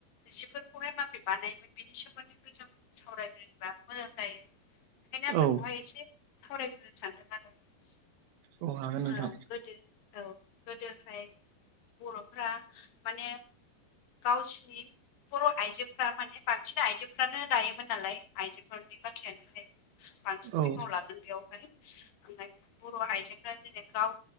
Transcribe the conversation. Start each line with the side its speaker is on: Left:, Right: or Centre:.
Left: जिफोरखौहाय माबोरै बानायोमोन बिनि सोमोन्दै जो सावरायनोबा जों मोजां जायो बेखायनो आं
Right: औ
Left: बेखौहाय एसे सावरायग्रोनो सानदों आरो
Right: औ हागोन नोंथां
Left: ओ गोदो औ गोदोहाय बर'फ्रा माने गावसिनि बर' आइजोफ्रा माने बांसिन आइजोफ्रानो दायोमोन नालाय आइजोफोरनि बाथ्रायानोहाय बांसिन
Right: औ
Left: बिफाव लागोन बेयावहाय ओमफ्राय बर' आइजोफ्रा जेने गाव